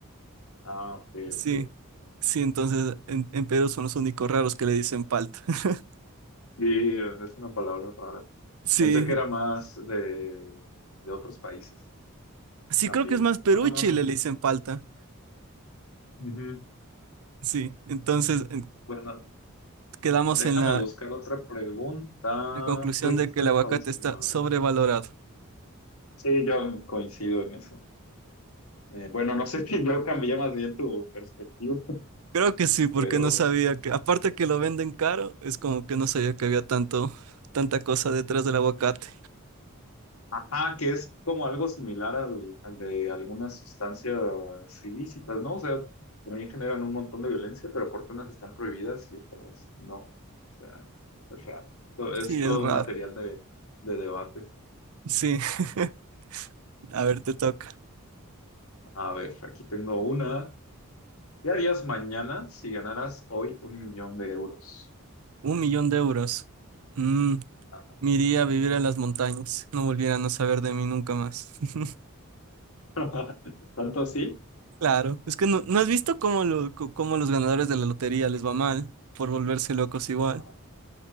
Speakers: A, on the left (about 80°); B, on the right (about 90°).
A: Ah, ok,
B: Sí,
A: ok.
B: sí, entonces en, en Perú son los únicos raros que le dicen palta. <laughs>
A: Sí, es una palabra rara.
B: Sí,
A: Pensé que era más de, de otros países
B: sí,
A: también.
B: creo que es más Perú
A: Ah,
B: y Chile le dicen palta.
A: ujú.
B: Sí, entonces en-
A: Bueno,
B: quedamos
A: déjame
B: en la,
A: buscar otra pregunta.
B: la conclusión
A: Tú hiciste
B: de que el
A: esta
B: aguacate
A: última,
B: está sobrevalorado.
A: ¿verdad? Sí, yo coincido en eso. Eh, bueno, no sé <laughs> si yo cambié más bien tu perspectiva,
B: Creo que sí, porque
A: pero...
B: no sabía que, aparte que lo venden caro, es como que no sabía que había tanto, tanta cosa detrás del aguacate.
A: Ajá, que es como algo similar al, al de algunas sustancias ilícitas, ¿no? O sea, también generan un montón de violencia, pero porque unas están prohibidas y otras no. O sea, es raro. To-
B: Sí,
A: Es todo
B: es raro.
A: un material de, de debate.
B: Sí, <laughs> a ver, te toca.
A: A ver, aquí tengo una. ¿Qué harías mañana si ganaras hoy un millón de euros?
B: Un millón de euros. mm,
A: Ajá.
B: Me iría a vivir a las montañas, no volvieran a no saber de mí nunca más. <laughs>
A: <laughs> ¿Tanto así?
B: Claro, es que no, ¿no has visto cómo, lo, co- cómo los ganadores de la lotería les va mal por volverse locos igual?
A: Ajá.